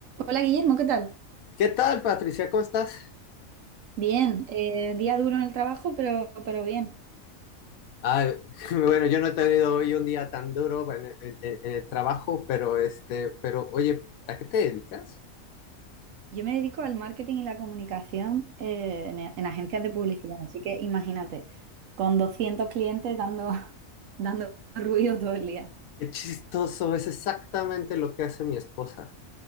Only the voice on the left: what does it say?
¿Qué tal, Patricia? ¿Cómo estás?
Ah, <laughs> bueno, yo no he tenido hoy un día tan duro en, en- en- en el trabajo, pero este, pero oye, ¿a qué te dedicas?
Qué chistoso, es exactamente lo que hace mi esposa.